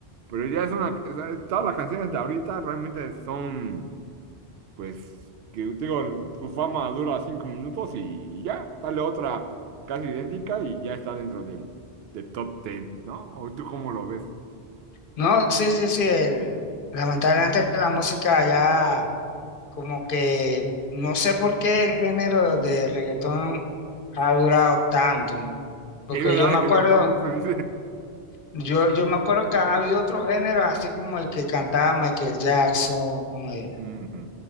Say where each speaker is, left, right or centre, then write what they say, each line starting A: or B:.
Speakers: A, on the right; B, on the left.
A: pero ya es una. o sea, todas las canciones de ahorita realmente son, pues, que digo, su fama dura cinco minutos y ya, sale otra casi idéntica y ya está dentro del, del top ten, ¿no? ¿O tú cómo lo ves?
B: no, sí, sí, sí. el- lamentablemente la música ya como que no sé por qué el género de reggaetón ha durado tanto, ¿no? Porque
A: Sí, ¿verdad?
B: yo me acuerdo,
A: Que lo que todo el mundo se dice.
B: yo, yo me acuerdo que han habido otros géneros así como el que cantaba Michael Jackson,
A: <laughs>
B: eh,
A: Ujú.